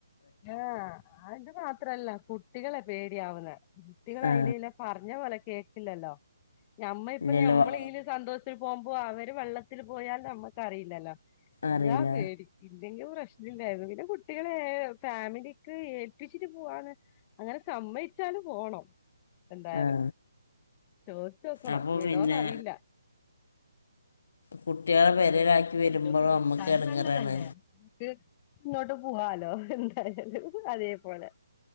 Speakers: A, on the left (about 25°); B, on the left (about 50°).
A: ആഹ അത് മാത്രല്ല കുട്ടികളെ പേടിയാവുന്ന കുട്ടികൾ
B: ആ
A: യില്ലേല്ല പറഞ്ഞ പോലെ കേ ഇല്ലല്ലോ ഞമ്മള ഇപ്പ
B: ഇല്ലല്ലോ
A: നമ്മൾ ഇതില് സന്തോഷ പോകുമ്പോ അവര് വെള്ളത്തിൽ പോയാൽ നമ്മുക്ക് അറിയില്ലല്ലോ
B: അറിയില്ല
A: അതാ പേടി ഇലെങ്കിലും പ്രശ്നം ഇല്ല പിന്നെ കുട്ടികളെ ഫാമിലിക്ക് ഏൽപ്പിച്ചിട്ട് പോവാന് അങ്ങനെ സമ്മതിച്ചാല് പോണം എന്തായാല
B: ആ
A: ചോദിച്ച് നോക്കണം
B: അപ്പോൾ
A: വിടോന്ന്റിയില്ല
B: പിന്നെ കുട്ടികളെ
A: നിങ്ങള്
B: പെരയിലാക്കി
A: അങ്ങനെ
B: വരുമ്പോഴും
A: ചോയ്ച്ചു നോക്ക് വിട്ടാലും
B: നമുക്ക് ഇടങ്ങേറാണ്
A: നല്ലതല്ലേ നമുക്ക് ഇങ്ങോട്ട് പോവാലോ എന്തായാലും അതേപോലെ